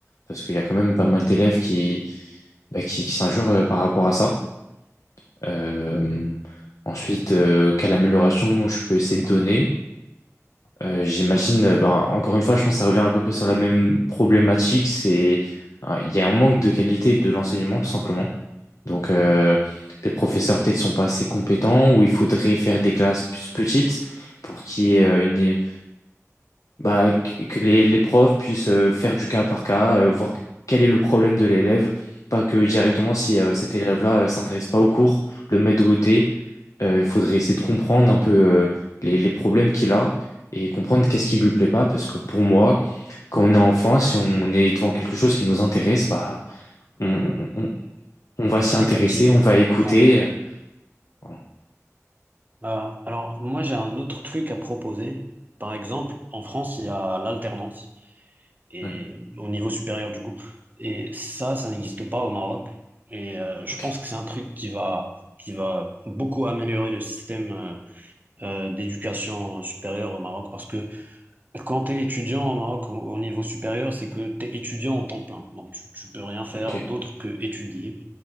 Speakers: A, on the left (about 75°); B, on the right (about 35°).
A: Parce qu'il y a quand même pas mal
B: Mhm.
A: d'élèves qui, bah, qui, qui s'injurent euh, par rapport à ça. Euh, ensuite, euh, quelle amélioration je peux essayer de donner? Euh, j'imagine, euh, ben, encore une fois, je pense que ça revient à peu près sur la même problématique. C'est, euh, il y a un manque de qualité de l'enseignement, tout simplement. Donc,
B: Mhm.
A: euh, les professeurs peut-être sont pas assez compétents ou il faudrait faire des classes plus petites pour qu'il y ait
B: Ouais.
A: euh, une, bah, que que les, les profs puissent euh, faire du cas par cas, euh, voir quel est le problème de l'élève, pas que directement si euh, cet élève-là euh, s'intéresse pas au cours, le mettre de côté. Euh, Il faudrait essayer de comprendre un peu euh, les, les problèmes qu'il a et comprendre qu'est-ce qui lui plaît pas, parce que pour moi, quand on est enfant, si on est devant quelque chose qui nous intéresse, bah, on, on- on- on va s'y
B: On
A: intéresser,
B: est captivé.
A: on va
B: hein.
A: écouter.
B: Ouais.
A: Euh, voilà.
B: Euh, alors, moi, j'ai un autre truc à proposer. Par exemple, en France, il y a l'alternance. et
A: Oui,
B: au niveau supérieur du coup. Et ça, ça n'existe pas au Maroc. Et euh, je
A: ok,
B: pense que c'est un truc qui va, qui va beaucoup améliorer le système euh, euh, d'éducation supérieure au Maroc parce que quand tu es étudiant au Maroc au au niveau supérieur, c'est que tu es étudiant en temps plein. Donc tu, tu peux rien faire
A: ok,
B: d'autre que étudier.